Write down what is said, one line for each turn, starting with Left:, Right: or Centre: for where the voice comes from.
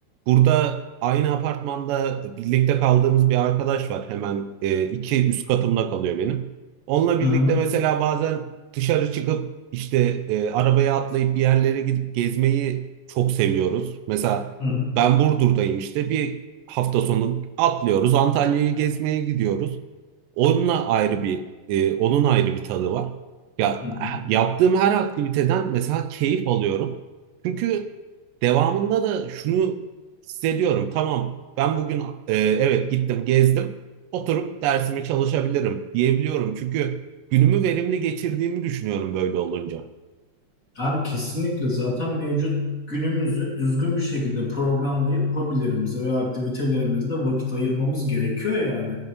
Right: Burada aynı apartmanda birlikte kaldığımız bir arkadaş var. Hemen e, iki üst katımda kalıyor benim. Onunla
Left: Hı
Right: birlikte
Left: hı.
Right: mesela bazen dışarı çıkıp işte e, arabaya atlayıp bir yerlere gidip gezmeyi çok seviyoruz. Mesela
Left: Hı hı.
Right: ben Burdur'dayım işte bir hafta sonu atlıyoruz Antalya'yı gezmeye gidiyoruz. Onunla ayrı bir e, onun ayrı bir tadı var. Ya
Left: Hı hı.
Right: Yaptığım her aktiviteden mesela keyif alıyorum. Çünkü devamında da şunu hissediyorum. Tamam ben bugün e, evet gittim gezdim oturup dersimi çalışabilirim diyebiliyorum. Çünkü günümü verimli geçirdiğimi düşünüyorum böyle olunca.
Left: Abi kesinlikle zaten mevcut günümüzü düzgün bir şekilde programlayıp hobilerimize ve aktivitelerimizde vakit ayırmamız gerekiyor yani.